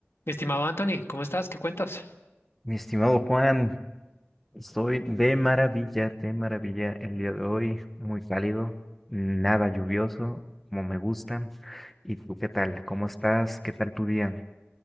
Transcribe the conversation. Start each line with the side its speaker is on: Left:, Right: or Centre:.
Left: Mi estimado Anthony, ¿cómo estás? ¿Qué cuentas?
Centre: Mi estimado Juan, estoy de maravilla, de maravilla el día de hoy, muy cálido, nada lluvioso, como me gusta. ¿Y tú qué tal? ¿Cómo estás? ¿Qué tal tu día?